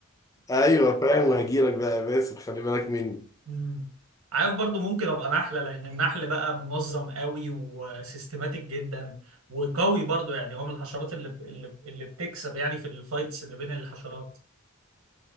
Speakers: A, on the left (about 15°); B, on the right (about 80°).
A: ايوه فاهم وهجيلك بقى يا باسم خلي بالك مني
B: امم عارف برضو ممكن ابقى نحله لان النحل بقى منظم قوي وسيستماتيك جدا وقوي برضو يعني هو من الحشرات اللي اللي, اللي بتكسب يعني في الفايتس اللي بين الحشرات